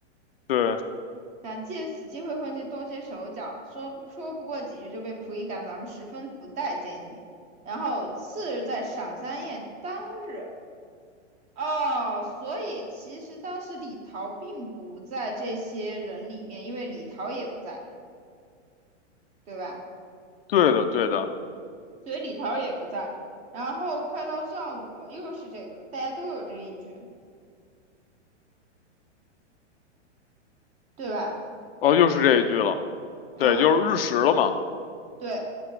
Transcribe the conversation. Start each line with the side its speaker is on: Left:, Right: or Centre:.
Left: 对，
Right: 想借此机会混进动些手脚，说不说不过几句就被仆役赶走，咱们十分不待见你。然后次日在赏仙宴当日，哦，所以其实当时李桃并不在这些人里面，因为李桃也不在，对吧？
Left: 对的，对的，
Right: 所以李桃也不在。然后快到上午了，又是这个，大家都有这一句，对吧？
Left: 哦，又是这一句了，
Right: 嗯，
Left: 对，就是日食了嘛。
Right: 对。